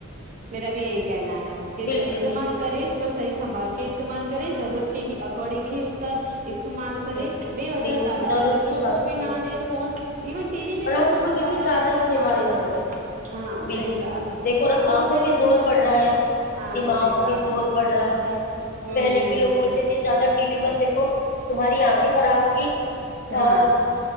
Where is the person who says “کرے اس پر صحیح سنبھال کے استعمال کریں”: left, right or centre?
Right